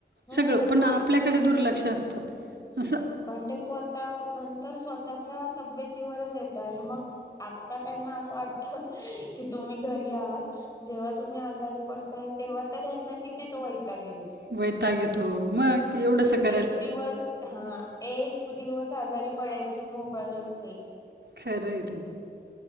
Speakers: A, on the left; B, on the right.
A: हो
B: सगळं
A: हो
B: कडे दुर्लक्ष असतं असं.
A: पण ते स्वतः नंतर स्वतःच्या तब्येतीवरच येतं आणि मग आता त्यांना असं वाटत की, तुम्ही घरी आहात जेव्हा तुम्ही आजारी पडताय तेव्हा तर, ह्यांना किती तो वैताग येईल.
B: वैताग येतो, मग एवढं
A: कि
B: सगळ
A: एक दिवस हा एक दिवस आजारी पडायची मुभा नसते.
B: खरं आहे ते.